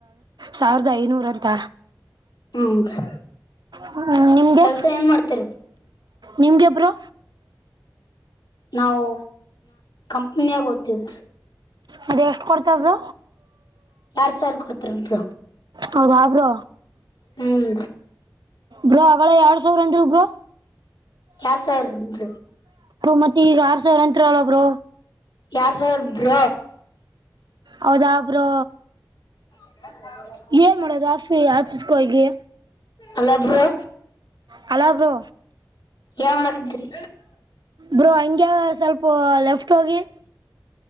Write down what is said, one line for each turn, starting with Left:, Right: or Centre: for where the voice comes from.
Right: ಸಾವಿರದ ಐನೂರ ಅಂತ
Left: ಹ್ಮ್ ಬ್ರೋ
Right: ನಿಮಗೆ
Left: ಕೆಲ್ಸ ಏನ್ ಮಾಡ್ತಿರಿ
Right: ನಿಮ್ಗೆಬರು
Left: ನಾವು ಕಂಪ್ನಿಯಾಗ ಓದ್ತಿದ್
Right: ಅದ ಎಷ್ಟು ಕೊಡ್ತಾವರು
Left: ಎರಡ್ ಸಾವಿರ ಕೊಡ್ತಾರ ಬ್ರೋ
Right: ಹೌ ಹಾಪ್ರ
Left: ಹ್ಮ್
Right: ಗ್ರ ಅಗಳ ಎರಡ್ ಸಾವಿರ ಅಂದರು ಗ್ರ
Left: ಎರಡ್ ಸಾವಿರದ ಎಂಟ
Right: ಮತ್ತೆ ಈಗ ಆರ್ ಸಾವಿರ ಅಂತ್ರ ಅಲ್ಲಬ್ರು
Left: ಯಾರು ಸರ್ ಬ್ರ
Right: ಹೌದಬ್ರು
Left: ಹ
Right: ಏನ್ ಮಾಡೋದು ಆಫಿ ಆಫೀಸ್ಕಗೆ
Left: ಅಲ್ಲಬಾ
Right: ಹಲೋ ಬ್ರೋ
Left: ಏನ್ ಮಾಡಕತ್ತೀರಿ
Right: ಬ್ರೋ ಹಂಗೆ ಸ್ವಲ್ಪ ಲೆಫ್ಟ್ ಹೋಗಿ